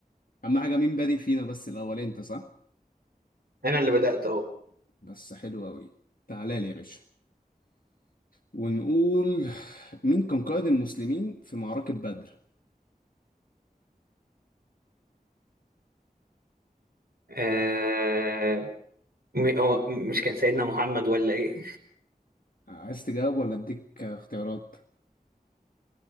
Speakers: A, on the left (about 65°); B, on the right (about 80°).
A: اهم حاجة مين بادئ فينا بس الاول انت صح؟
B: انا اللي بدأت اهو
A: بس حلو اوي تعالى لي يا باشا ونقول مين كان قائد المسلمين في معركة بدر؟
B: آه، م- هو مش كان سيدنا محمد ولا ايه
A: عايز تجاوب ولا اديك اختيارات؟